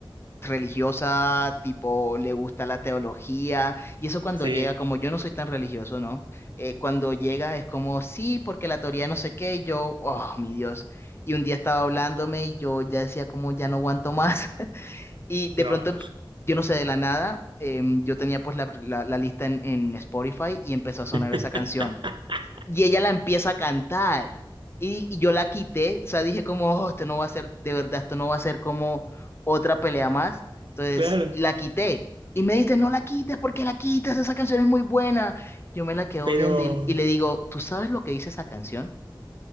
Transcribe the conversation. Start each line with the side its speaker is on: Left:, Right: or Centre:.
Left: religiosa, tipo, le gusta la teología, y eso cuando
Right: sí,
Left: llega, como yo no soy tan religioso, ¿no? Eh, cuando llega es como, sí, porque la teoría no sé qué, y yo, oh, mi Dios, y un día estaba hablándome y yo ya decía como, ya no aguanto más, <laughs> y de
Right: claro.
Left: pronto, em- yo no sé, de la nada, em, yo tenía pues la, la- la lista en, en Spotify y empezó a sonar
Right: <laughs>
Left: esa canción. Y ella la empieza a cantar. Y, y yo la quité, o sea, dije como, "Oh, esto no va a ser, de verdad, esto no va a ser como otra pelea más. Entonces,
Right: Claro,
Left: la quité. Y me dice, no la quites, porque la quitas? Esa canción es muy buena. Yo me la quedo
Right: pero...
Left: viendo y, y le digo, ¿tú sabes lo que dice esa canción?